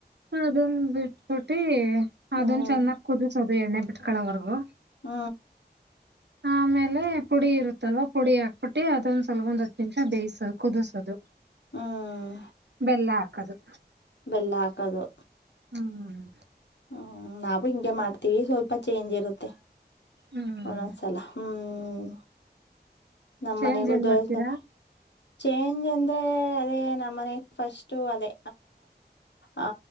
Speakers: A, on the right; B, on the left.
A: ಅದನ್ ಬಿಟ್ಬಿಟ್ಟಿ
B: ಹ್ಮ್
A: ಅದನ್ ಚೆನ್ನಾಗಿ ಕುದಿಸೋ ಅದು ಎಣ್ಣ ಬಿಟ್ಕಳವರ್ಗೂ
B: ಹ್ಮ
A: ಆಮೇಲೆ ಪುಡಿ ಇರುತ್ತಲ್ವ ಪುಡಿ ಹಾಕ್ಬಿಟ್ಟು ಅದೊಂದ್ ಸ್ವಲ್ಪ ಒಂದ್ ಹತ್ತು ನಿಮಿಷ ಬೇಯಸ ಕುದಸೋದು
B: ಹ್ಮ್
A: ಬೆಲ್ಲ ಹಾಕದು
B: ಬೆಲ್ಲ ಹಾಕದು
A: ಹ್ಮ
B: ಹ್ಮ್ ನಾವು ಹಿಂಗೆ ಮಾಡ್ತೀವಿ ಸ್ವಲ್ಪ ಚೇಂಜ್ ಇರುತ್ತೆ
A: ಹ್ಮ್
B: ಒಂದ ಒಂದ ಸಲ ಹ್ಮ್ ನಮ್ಮನಗೂ
A: ಚೇಂಜ್ ಏನ್
B: ದತ
A: ಮಾಡ್ತೀರಾ
B: ಚೇಂಜ್ ಅಂದ್ರೆ ಎ ನಮ್ಮ ಮನೆ ಫಸ್ಟ್ ಅದೇ ಆ